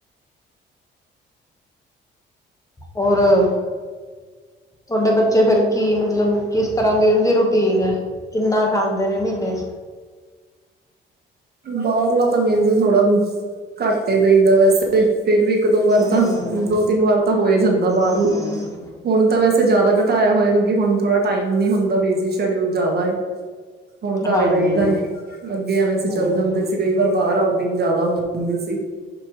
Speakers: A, on the left; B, on the right.
A: ਹੋਰ ਤੁਹਾਡੇ ਬੱਚੇ ਫਿਰ ਕੀ ਮਤਲਬ ਕਿਸ ਤਰ੍ਹਾਂ ਦੀ ਉਹਦੀ ਰੂਟੀਨ ਏ ਕਿੰਨਾ ਖਾਂਦੇ ਨੇ ਮਹੀਨੇ ਚ।
B: ਬਾਹਰਲਾ ਤਾਂ ਮੇਨਜ਼ ਥੋੜਾ ਘੱਟ ਇਹਦਾ ਹੀਦਾ ਵੈਸੇ। ਫੇਰ ਵੀ ਇੱਕ ਦੋ ਵਾਰ ਤਾਂ
A: ਹਮ
B: ਦੋ ਤਿੰਨ ਵਾਰ ਤਾਂ ਹੋ ਹੀ ਜਾਂਦਾ ਬਾਹਰਲ
A: ਹਮ
B: ਹੁਣ ਤਾਂ ਵੈਸੇ ਜਿਆਦਾ ਘਟਾਇਆ ਹੋਇਆ ਕਿਉਂਕਿ ਹੁਣ ਥੋੜਾ ਟਾਈਮ ਨੀ ਹੁੰਦਾ ਬਿਜੀ ਸ਼ਡਿਊਲ ਜ਼ਿਆਦਾ ਬਾਏ ਹੁਣ ਘਰ
A: ਹਾਂਜੀ
B: ਈ ਰਹੀਦਾ ਏ ਅੱਗੇ ਐਵੇਂ ਸੀ।
A: ਹਮ
B: ਚੱਲ ਜਾਂਦੇ ਸੀ ਕਈ ਵਾਰ ਬਾਹਰ ਆਊਟਿੰਗ ਜ਼ਿਆਦਾ ਹੋ ਜਾਂਦੀ ਸੀ।